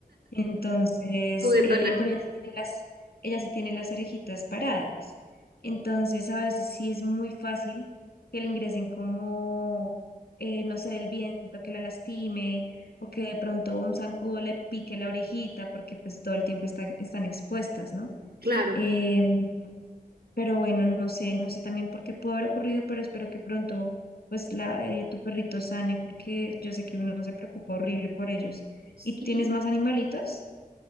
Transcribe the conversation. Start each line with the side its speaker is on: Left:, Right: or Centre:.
Left: Entonces,
Right: juguetona,
Left: eh, pero ella sí tiene las, ella sí tiene las orejitas paradas. Entonces, a veces sí es muy fácil que le ingresen como, eh, no sé, el viento que la lastime o que de pronto un zancudo le pique la orejita porque pues todo el tiempo está- están expuestas, ¿no?
Right: claro.
Left: Em, pero bueno, no sé, no sé también por qué pudo haber ocurrido, pero espero que pronto pues la, eh, tu perrito sane porque yo sé que uno se preocupa horrible por ellos.
Right: Sí.
Left: ¿Y tú tienes más animalitos?